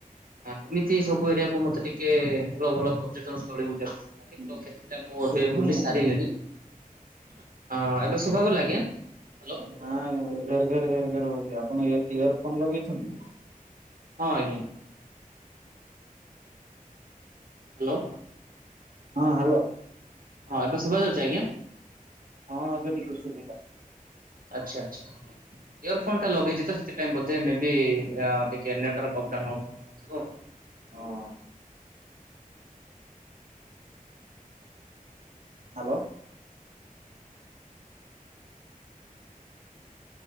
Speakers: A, on the right (about 75°); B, on the right (about 60°).
A: ହ ଏମିତି ସବୁ ଏରିଆକୁ ମତେ ଟିକେ ଭଲ ଭଲ ପର୍ଯ୍ୟଟନ ସ୍ଥଳୀ ବୁଲିବାକୁ ପଡ଼ିଲା <unintelligible>
B: ହୁଁ
A: ମୁଁ ଏବେ
B: ଶୁଭୁନି
A: ବୁଲି ସାରିଲିଣି
B: ଆଜ୍ଞା
A: ହଁ ଏବେ ଶୁଭାଗଲା ଆଜ୍ଞା। ହ୍ୟାଲୋ
B: ନାଇଁ ଘେର ଘେର ଘେର ଘେର ହଉଛି ଆପଣ ଇୟର ଇୟର ଫୋନ ଲଗେଇଛନ୍ତି?
A: ହଁ ଆଜ୍ଞା। ହ୍ୟାଲୋ।
B: ହଁ ହ୍ୟାଲୋ।
A: ହଁ ଏବେ ସୁବା ଯାଉଛି ଆଜ୍ଞା।
B: ହଁ ଏବେ ଟିିକେ ଶୁଭିଲା।
A: ଆଚ୍ଛା ଆଚ୍ଛା। ଇୟର ଫୋନ୍ ଟା ଲଗେଇଛି ତ ସେଥିପାଇଁ ବୋଧେ ମେ ବି ଅ ଟିକେ network of down of down ହେଉଥିବ।
B: ହଁ hello.